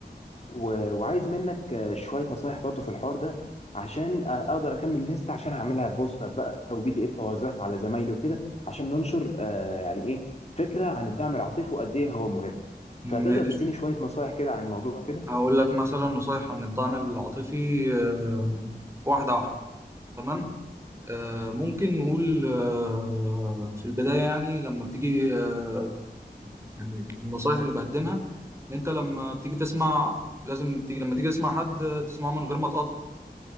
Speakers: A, on the left; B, on the right.
A: و... وعايز منك آه، شوية نصايح برضو في الحوار ده عشان آه، اقدر اكمل ليست عشان اعملها بوستر بقى او بي دي اف اوزعها على زمايلي وكده عشان ننشر آه، يعني ايه فكرة عن الدعم العاطفي وقد ايه هو مهم فهتقدر
B: ماشي
A: تديني شوية نصايح كده عن الموضوع كده
B: هقول لك مثلا نصايح عن الدعم العاطفي آه، واحدة واحدة تمام؟ آه، ممكن نقول آه، في البداية يعني لما بتيجي آه، يعني النصايح اللي بقدمها ان انت لما بتيجي تسمع لازم تيجي لما تيجي تسمع حد آه، تسمعه من غير ما تقاطع